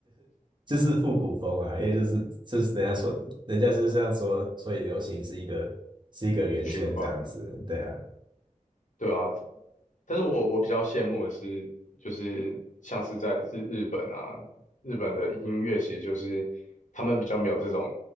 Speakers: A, on the right; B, on the left.
A: 就是复古风嘛，因为就是就是人家说，人家就是这样说，所以流行是一个是一个圆圈这样子，
B: <laughs>，循环。
A: 对啊，
B: 对啊，但是我我比较羡慕的是，就是像是在日日本啊，日本的音乐其实就是他们比较没有这种